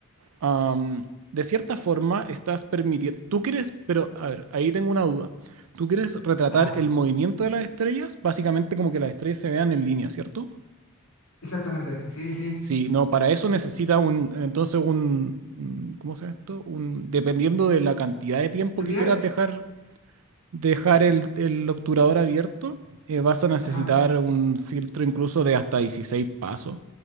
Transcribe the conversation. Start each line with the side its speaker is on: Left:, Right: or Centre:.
Right: am, de cierta forma estás permitiendo, tú quieres, pero a ver, ahí tengo una duda. Tú quieres retratar
Left: Ajá,
Right: el movimiento de las estrellas, básicamente como que las estrellas se vean en línea, ¿cierto?
Left: exactamente. Sí, sí, sí.
Right: Sí, no, para eso necesita un, entonces un, un- ¿cómo se llama esto? Un, dependiendo de la cantidad de tiempo
Left: ¿Tú
Right: que
Left: qué?
Right: quieras dejar, dejar el, el obturador abierto, eh, vas a necesitar
Left: Ajá.
Right: un filtro incluso de hasta 16 pasos